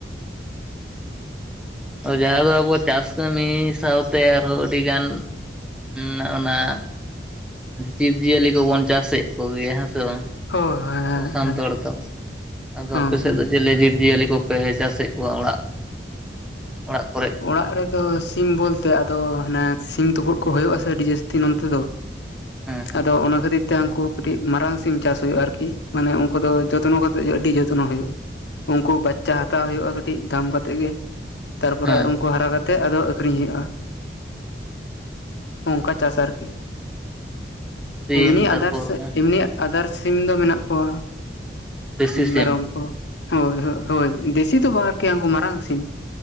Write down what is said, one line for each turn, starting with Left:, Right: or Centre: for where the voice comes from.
Centre: ᱡᱟᱦᱟᱸ ᱫᱚ ᱟᱵᱚ ᱪᱟᱥ ᱠᱟᱹᱢᱤ ᱥᱟᱶᱛᱮ ᱟᱨᱦᱚᱸ ᱟᱹᱰᱤ ᱜᱟᱱ᱾ ᱱᱚᱜ-ᱚ ᱱᱟ ᱡᱤᱵᱽ ᱡᱤᱭᱟᱹᱞᱤ ᱠᱚᱵᱚᱱ ᱪᱟᱥᱮᱜ ᱠᱚᱜᱮᱭᱟ ᱦᱮᱸ ᱥᱮ ᱵᱟᱝ?
Left: ᱦᱳᱭ ᱦᱮᱸ
Centre: ᱟᱵᱚ ᱥᱟᱱᱛᱟᱲ
Left: ᱦᱮᱸ
Centre: ᱫᱚ᱾ ᱟᱫᱚ
Left: ᱦᱮᱸ
Centre: ᱟᱯᱮ ᱥᱮᱫ
Left: ᱦᱮᱸ
Centre: ᱫᱚ ᱪᱮᱫ ᱞᱮᱠᱟ ᱡᱤᱵᱽ ᱡᱤᱭᱟᱹᱞᱤ ᱠᱚᱯᱮ ᱪᱟᱥᱮᱫ ᱠᱚᱣᱟ ᱚᱲᱟᱜ, ᱚᱲᱟᱜ ᱠᱚᱨᱮ?
Left: ᱚᱲᱟᱜ ᱨᱮᱫᱚ ᱥᱤᱢ ᱵᱚᱞᱛᱮ ᱟᱫᱚ ᱦᱟᱱᱮ ᱥᱤᱢ ᱛᱩᱯᱩᱫ ᱠᱚ ᱦᱩᱭᱩᱜ-ᱟ ᱥᱮ ᱟᱹᱰᱤ ᱡᱟᱹᱥᱛᱤ ᱱᱚᱱᱛᱮ ᱫᱚ᱾
Centre: ᱦᱮᱸ ᱦᱮᱸ
Left: ᱟᱫᱚ ᱚᱱᱟ ᱠᱷᱟᱹᱛᱤᱨ᱾ ᱛᱮ ᱩᱱᱠᱩ ᱠᱟᱹᱴᱤᱡ ᱢᱟᱨᱟᱝ ᱥᱤᱢ ᱪᱟᱥ ᱦᱩᱭᱩᱜ-ᱟ ᱟᱨᱠᱤ, ᱢᱟᱱᱮ ᱩᱱᱠᱩ ᱫᱚ ᱡᱚᱛᱱᱚ ᱠᱟᱛᱮᱜ ᱟᱹᱰᱤ ᱡᱚᱛᱱᱚ ᱦᱩᱭᱩᱜ-ᱟ᱾ ᱩᱱᱠᱩ ᱵᱟᱪᱪᱟ ᱦᱟᱛᱟᱣ ᱦᱩᱭᱩᱜ-ᱟ ᱠᱟᱹᱴᱤᱡ ᱫᱟᱢ ᱠᱟᱛᱮᱫ ᱜᱮ᱾ ᱯᱩᱨᱟᱹ
Centre: ᱦᱮᱸ
Left: ᱩᱱᱠᱩ ᱦᱟᱨᱟ ᱠᱟᱛᱮᱫ ᱟᱫᱚ ᱟᱠᱷᱨᱤᱧ ᱦᱩᱭᱩᱜ-ᱟ᱾ ᱚᱝᱠᱟ ᱪᱟᱥ ᱟᱨᱠᱤ,
Centre: ᱥᱤᱢ
Left: ᱮᱢᱱᱤ ᱟᱫᱟᱨ
Centre: ᱛᱟᱨᱯᱚᱨ
Left: ᱥᱮ ᱮᱢᱱᱤ᱾ ᱟᱫᱟᱨ ᱥᱤᱢ ᱫᱚ ᱢᱮᱱᱟᱜ ᱠᱚᱣᱟ
Centre: ᱫᱮᱥᱤ ᱥᱤᱢ
Left: ᱢᱮᱨᱚᱢ ᱠᱚ᱾ ᱦᱳᱭ ᱦᱳᱭ ᱦᱳᱭ, ᱫᱮᱥᱤ ᱫᱚ ᱵᱟᱝ ᱟᱨᱠᱤ ᱩᱱᱠᱩ ᱢᱟᱨᱟᱝ ᱥᱤᱢ᱾